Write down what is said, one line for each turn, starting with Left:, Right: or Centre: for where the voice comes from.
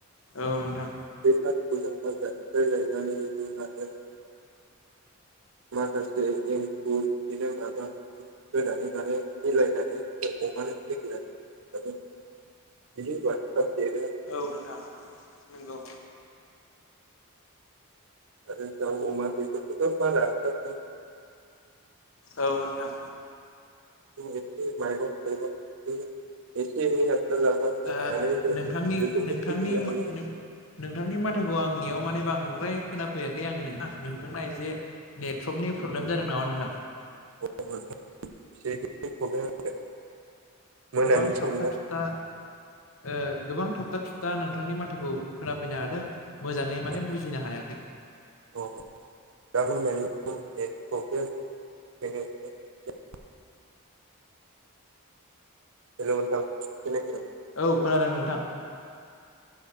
Left: औ नोंथां।
Right: <unintelligible> माखासे एंखुर बिदिनो माबा होनानै माने मिलायनानै <unintelligible>
Left: औ नोंथां नोंगौ।
Right: आरो दाउ अमा बेफोरखौथ' <unintelligible>
Left: औ नोंथां।
Right: एसे <unintelligible>
Left: ओ
Right: माने जों
Left: नोंथांनि
Right: बेफोरखौ
Left: नोंथांनि
Right: फेदेरनो
Left: मा
Right: हायो
Left: नों नोंथांनि माथाखौ आंनियाव माने बां नोंखोहाय खोनाफैयाखै आङो नोंथां नोंथांना एसे नेटवर्कनि प्रब्लेम जादों नामा नोंथां?
Right: <unintelligible> मोनानि
Left: गोबां
Right: सम
Left: थाबथा
Right: दा
Left: थुबथा ओ गोबां थाबथा थुुबथा नोंथांनि माथोखौ खोनाफैनो हादों मोजाङै माने
Right: अ
Left: बुजिनो हायाखै।
Right: <unintelligible> <unintelligible> हेलौ' नोंथां खोनायाखै
Left: औ खोनादों नोंथां।